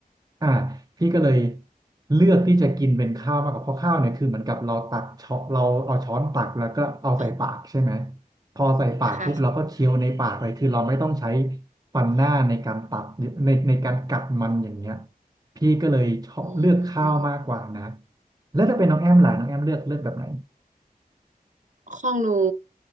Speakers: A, on the right; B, on the right.
A: อ่าพี่ก็เลยเลือกที่จะกินเป็นข้าวมากกว่าเพราะข้าวเนี่ยคือเหมือนกับเราตักช้อนเราเอาช้อนตักแล้วก็เอาใส่ปากใช่ไหม
B: อ่ะ
A: พอใส่ปากปุ๊บเราก็เคี้ยวในปากเลยคือเราไม่ต้องใช้
B: ค่ะ
A: ฟันหน้าในการตัดในในการกัดมันอย่างเงี้ยพี่ก็เลยชอบเลือกข้าวมากกว่านะ
B: อืม
A: แล้วถ้าเป็นน้องแอมล่ะน้องแอมเลือกเลือกแบบไหน
B: ของหนู